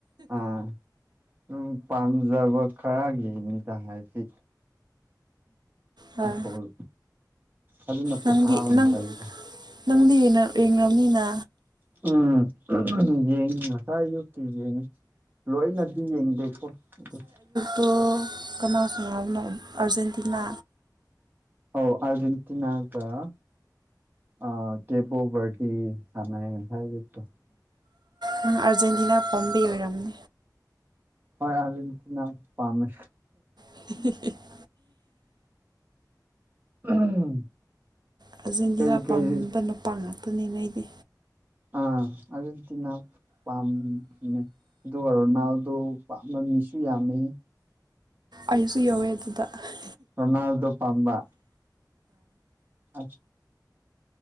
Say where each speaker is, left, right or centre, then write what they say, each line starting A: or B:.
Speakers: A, on the right (about 25°); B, on the right (about 75°).
A: ꯑꯥ ꯑꯗꯨꯝ ꯄꯥꯝꯖꯕ ꯈꯔꯒꯤꯅꯤꯗ ꯍꯥꯏꯗꯤ
B: ꯍꯣꯏ
A: ꯎꯝ ꯐꯨ ꯕꯣꯜ ꯑꯗꯨꯅ ꯄꯣꯊꯥꯕꯅ
B: ꯅꯪꯗꯤ ꯅꯪ
A: ꯐꯩꯗ
B: ꯅꯪꯗꯤ ꯌꯦꯡꯅꯕꯅꯤꯅ
A: ꯎꯝ ꯌꯦꯡ ꯉꯁꯥꯏ ꯁꯨ ꯌꯦꯡꯉꯤ ꯂꯣꯏꯅꯗꯤ ꯌꯦꯡꯗꯦꯀꯣ ꯑꯗꯨ
B: ꯇꯣ ꯀꯅꯥ ꯁꯥꯅꯕꯅꯣ ꯑꯥꯔꯖꯦꯟꯇꯤꯅꯥ
A: ꯑꯧ ꯑꯥꯔꯖꯦꯟ <unintelligible> ꯑ ꯀꯦ ꯄꯣꯕꯔꯇꯤ ꯁꯥꯟꯅꯩ ꯌꯦ ꯉꯁꯥꯏ ꯑꯌꯨꯛꯇꯨ
B: ꯅꯪ ꯑꯥꯔꯖꯦꯟꯇꯤꯅꯥ ꯄꯣꯝꯕꯩ ꯑꯣꯏꯔꯝꯅꯦ
A: ꯍꯣꯏ ꯑꯥꯔꯖꯦꯟꯇꯤꯅꯥ ꯄꯥꯝꯃꯦ
B: <inaudible>
A: <unintelligible>
B: ꯑꯥꯔꯖꯦꯟꯇꯤꯅ
A: ꯀꯩ ꯀꯩ
B: ꯄꯥꯝꯕ ꯅꯨꯄꯥ ꯉꯥꯛꯇꯅꯤ ꯅꯣꯏꯗꯤ
A: ꯑꯥ ꯑꯥꯔꯖꯦꯟꯇꯤꯅ ꯄꯥꯝꯃꯦ ꯑꯗꯨꯒ ꯔꯣꯅꯥꯜꯗꯣ ꯄꯥꯃꯕ ꯃꯤꯁꯨ ꯌꯥꯝꯃꯦ
B: ꯑꯩꯁꯨ ꯌꯥꯎꯋꯦ ꯑꯗꯨꯗ ꯍꯣꯏ
A: ꯔꯣꯅꯥꯜꯗꯣ ꯄꯥꯝꯕ ꯑꯁ